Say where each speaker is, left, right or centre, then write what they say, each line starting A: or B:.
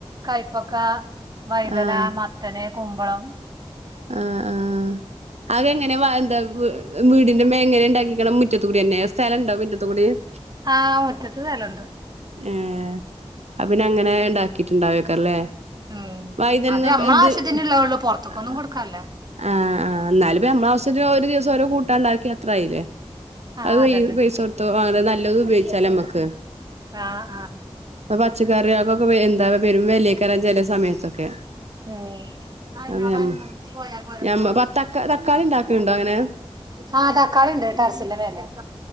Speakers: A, on the right; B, on the right.
A: കൈപ്പക്ക വൈതന
B: ആഹ്
A: മ തന്നെ കുമ്പളം
B: ആഹ് ആഹ് അത് എങ്ങനെ എന്താ വീടിന്റെ മെ എങ്ങനെ ഇണ്ടാക്കിക്ക്ണ മുറ്റത്തുകൂടിയന്നെ സ്ഥലണ്ടോ മുറ്റത്തുകൂടി <inaudible>
A: ആ മുറ്റത്ത് സ്ഥലണ്ട്
B: ഏഹ് അപ്പ പിന്നെ അങ്ങനെ ഇണ്ടാക്കിട്ട്ണ്ടാവോയ്‌ക്കാര ല്ലേ
A: ഉം
B: വൈതൻങ്ങക്ക
A: അത് നമ്മളെ
B: എന്ത്
A: ആവശ്യത്തിനുള്ളള്ളൂ പുറത്തേക്കൊന്നും
B: ആ
A: കൊടുക്കാല്ല
B: ആഹ് ആഹ് ന്നാല് പ്പ നമ്മള ആവ്സ്യത്തിന് ഒരു ദിവസം ഓരോ കൂട്ടാണ്ടാക്കി അത്രായിലെ
A: ആഹ്
B: അത് പൈ
A: അതന്നെ
B: പൈസ കൊട്ത്തു അങ്ങനെ നല്ലത് ഉപയോഗിച്ചാലോ നമ്മക്ക്
A: ആ ഹാ
B: ഇപ്പ പച്ചക്കറിയെൾക്കൊക്കെ എന്താ പെരും വെലെക്കാരം ചെല സമയത്തൊക്കെ
A: ഉം ന്നാ അയിനോട്
B: അത് ഞമ്മ
A: അനുബന്ധിച്ച് പോയാ പോരെ
B: ഞമ്മ
A: ഇപ്പൊ
B: പ തക്ക തക്കാളി ഇണ്ടാക്കലുണ്ടോ അങ്ങനെ
A: ആ തക്കാളി ഇണ്ട് ട്ടർസിന്റെ മേലെ